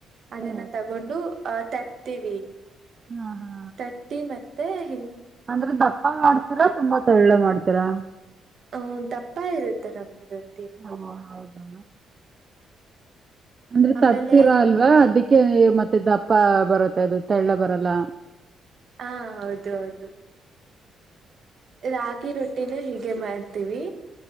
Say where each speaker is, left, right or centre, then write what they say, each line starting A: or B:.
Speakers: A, on the right; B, on the right.
A: ಅದನ್ನ
B: ಹಾ
A: ತಗೊಂಡು ಹ ತಟ್ತೀವಿ
B: ಹಾ ಹಾ
A: ತಟ್ಟಿ ಮತ್ತೆ ಹ
B: ಅಂದ್ರೆ ದಪ್ಪ ಮಾಡ್ತೀರಾ ತುಂಬಾ ತೆಳ್ಳ ಮಾಡ್ತೀರಾ
A: ಹ ದಪ್ಪ ಇರುತ್ತೆ ರೂಟ್ಟಿ
B: ಓ ಹೌದಾ ಅಂದ್ರೆ
A: ಆಮೇಲೆ
B: ತಟ್ತೀರಾ ಅಲ್ವಾ ಅದಕ್ಕೆ ಮತ್ತೆ ದಪ್ಪ ಬರುತ್ತೆ ಅದು ತೆಳ್ಳ ಬರಲ್ಲ
A: ಹಾ ಹೌದು ಹೌದು ರಾಗಿ ರೊಟ್ಟಿನು ಹೀಗೆ ಮಾಡ್ತೀವಿ